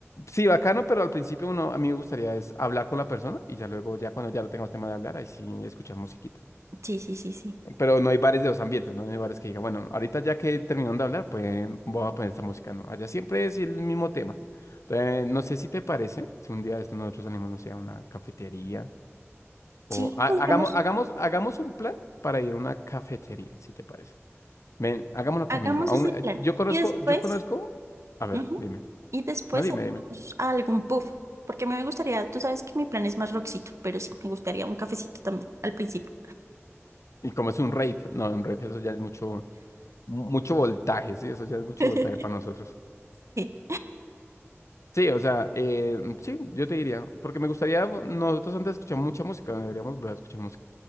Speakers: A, on the left; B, on the right.
A: sí, bacano, pero al principio uno, a mí me gustaría es hablar con la persona y ya luego, ya cuando ya lo tengamos tema de hablar, ahí sí escuchar musiquita.
B: Sí, sí, sí, sí.
A: Pero no hay bares de los ambientes, ¿no? No hay bares que diga, bueno, ahorita ya que terminaron de hablar, pues voy a poner esta música, ¿no? Allá siempre es el mismo tema. Entonces, no sé si te parece, si un día de esto nosotros salimos, no sé, a una cafetería o
B: Sí,
A: ha-
B: podríamos,
A: hagamos, hagamos, hagamos un plan para ir a una cafetería, si te parece. Ven, hagámoslo acá
B: hagamos
A: mismo. Aún,
B: ese
A: eh,
B: plan.
A: yo conozco,
B: Y después,
A: yo conozco, a ver,
B: ujú,
A: dime,
B: y después
A: no dime,
B: salimos
A: dime.
B: a algún puff. Porque me gustaría, tú sabes que mi plan es más rockcito, pero sí, me gustaría un cafecito también, al principio.
A: Y como es un rave, no, un rave, eso ya es mucho, mu- mucho voltaje, sí, eso ya es mucho
B: <laughs>
A: voltaje para nosotros.
B: Sí,
A: Sí, o sea, eh, sí, yo te diría, porque me gustaría, nosotros antes escuchamos mucha música, deberíamos volver a escuchar música.